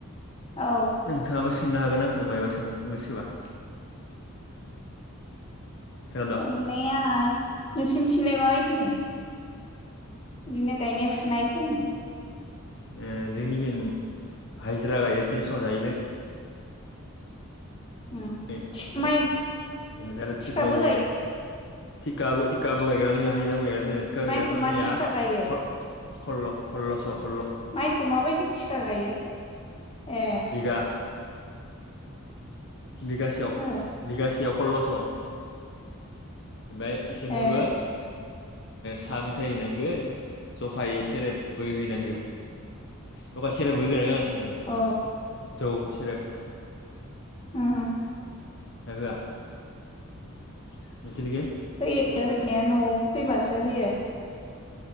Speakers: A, on the left; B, on the left.
A: औ
B: नोंथाङाबो सोंनो हागोन आंखौ मायबा सोंनोबोसोबा खोनादों
A: सोंनाया नोंसोरनिथिंलाय माबायदि? बिदिनो गायनाय फुनायफोरनि
B: ओ जोंनिथिं हाजिरा गायो तिनस' जायो लोङ
A: उम
B: <unintelligible>
A: माइ
B: बेनिफ्राय आरो
A: थिखाबो
B: थिग मावो।
A: गायो
B: थिकाबो थिकाबो गायग्रा दोङ हिजाबो गायग्रा दोङो थिका
A: माइखौ
B: गायग्राफोरनिया
A: मादि थिखा गायो
B: खल्ल' कल्ल' सह
A: माइखौ माबायदि थिखा गायो? ए
B: बिघा बिगासेयाव
A: ओ
B: बिगासेयाव सल्ल'स'। ओमफफ्राय इसोरनोबो
A: ए
B: ओ साहा मेथायाइ हैनांगौ जखाय सेरेबबो हैनांगौ। दखा सेरेबबोै गा जांसैखैला
A: अ
B: जौ सेरेब
A: उम उम।
B: <unintelligible> <unintelligible>
A: होयो होननायाया न'आव फैबासो होयो।